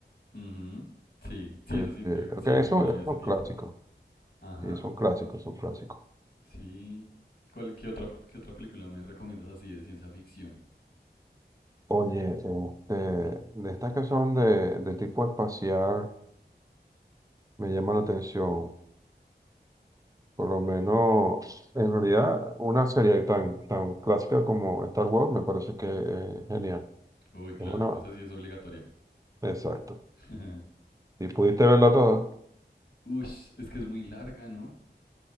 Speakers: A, on the left; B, on the right.
A: Ujú, Sí, sí,
B: Eh,
A: esa siento,
B: eh, ok,
A: sí,
B: eso
A: esa me la
B: es
A: vi hace
B: un
A: tiempo.
B: clásico.
A: Ajá,
B: Sí, son clásicos, son clásicos.
A: sí. ¿Y cuál, qué otra, qué otra película me recomiendas así de ciencia ficción?
B: Oye, este, de estas que son de, de tipo espacial, me llama la atención. Por lo menos, en realidad, una serie tan, tan clásica como Star Wars me parece que es genial.
A: Uy, claro,
B: Es una...
A: esa sí es obligatoria.
B: Exacto.
A: <laughs>
B: ¿Y pudiste verla toda?
A: Ush, es que es muy larga, ¿no?